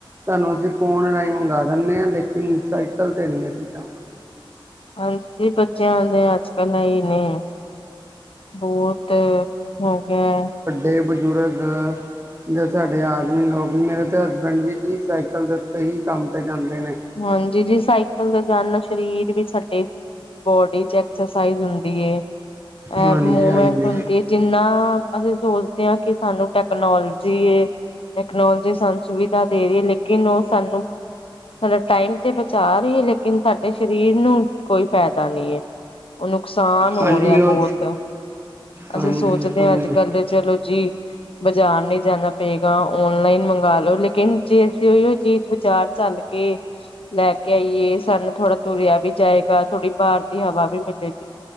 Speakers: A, on the right; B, on the left.
A: ਤੁਹਾਨੂੰ ਅਸੀਂ ਫੋਨ ਰਾਹੀਂ ਮੰਗਾਵਾ ਦਿੰਦੇ ਹਾਂ ਲੇਕਿਨ ਸਾਈਕਲ 'ਤੇ ਨਹੀਂ ਅਸੀਂ ਜਾਵਾਂਗੇ ‌।
B: ਹਾਂਜੀ, ਬੱਚਿਆਂ ਦੇ ਅੱਜ ਕੱਲ ਆ ਹੀ ਨੇ ਬਹੁਤ ਹੋ ਗਿਆ
A: ਏ ਬੁਜ਼ੁਰਗ ਜਾਂ ਸਾਡੇ ਆਦਮੀ ਲੋਕ ਵੀ ਮੇਰੇ ਅਤੇ ਹਸਬੈਂਡ ਵੀ ਹੀ ਸਾਈਕਲ ਦੇ ਉੱਤੇ ਹੀ ਕੰਮ 'ਤੇ ਜਾਂਦੇ ਨੇ
B: ਹਾਂਜੀ ਜੀ, ਸਾਈਕਲ ਤੇ ਜਾਣਨਾ ਸਰੀਰ ਵੀ ਸਾਡੇ ਬੋਡੀ ਚ ਐਕਸਰਸਾਈਜ਼ ਹੁੰਦੀ ਏ,
A: ਹਾਂਜੀ,
B: ਮੂਮੈਂਟ
A: ਹਾਂਜੀ,
B: ਹੁੰਦੀ ਜਿੰਨਾ ਅਸੀਂ ਸੋਚਦੇ ਹਾਂ ਕਿ ਸਾਨੂੰ ਟੈਕਨੋਲੋਜੀ ਟੈਕਨੋਲੋਜੀ ਸਾਨੂੰ ਸੁਵਿਧਾ ਦੇ ਰਹੀ ਹੈ ਲੇਕਿਨ ਉਹ ਸਾਨੂੰ ਸਾਡਾ ਟਾਈਮ ਤੇ ਬਚਾ ਰਹੀਏ ਲੇਕਿਨ ਸਾਡੇ ਸਰੀਰ ਨੂੰ ਕੋਈ ਫਾਇਦਾ ਪਤਾ ਨਹੀ ਹੈ ਉਹ ਨੁਕਸਾਨ ਹੋ
A: ਹਾਂਜੀ
B: ਰਿਹਾ
A: ਉਹ
B: ਬਹੁਤ
A: ਹਾਂਜੀ,
B: ਅਸੀਂ ਸੋਚਦੇ
A: ਹਾਂਜੀ
B: ਹਾਂ ਅੱਜ- ਕੱਲ ਚਲੋ ਜੀ ਬਾਜ਼ਾਰ ਨਹੀ ਜਾਣਾ ਪਏਗਾ ਓਨਲਾਈਨ ਮੰਗਵਾ ਲੋ ਲੇਕਿਨ ਜੇ ਅਸੀਂ ਉਹੀ ਚੀਜ਼ ਬਾਜ਼ਾਰ ਚੱਲ ਕੇ ਲੈ ਕੇ ਆਈਏ ਸਾਨੂੰ ਥੋੜਾ ਤੁਰਿਆ ਵੀ ਜਾਏਗਾ ਥੋੜੀ ਬਾਹਰ ਹਵਾ ਵੀ ਮਿਲੇਗੀ,